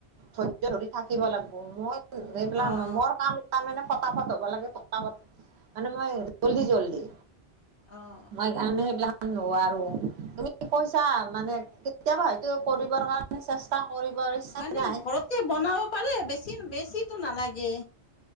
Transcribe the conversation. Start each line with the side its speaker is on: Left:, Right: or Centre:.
Right: ধৈৰ্য ধৰি থাকিব লাগিব মই এইবিলাক
Left: অঁ
Right: মোৰ কাম তাৰ মানে পতাপাত হ'ব লাগে পতাপাত মানে মই জল্দি জল্দি
Left: অঁ অঁ
Right: মই কাৰে সেইবিলাক ন আৰু কি কইছা মানে কেতিয়াবা হয়তো কৰিবৰ কাৰণে চেষ্টা কৰিবৰ ইচ্ছা
Left: মানে
Right: যায়
Left: ঘৰতে বনাব পাৰে বেছি বেছিো নালাগে